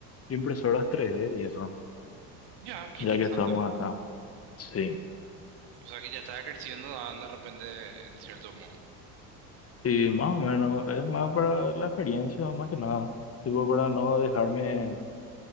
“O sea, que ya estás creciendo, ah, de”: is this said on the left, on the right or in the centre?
Right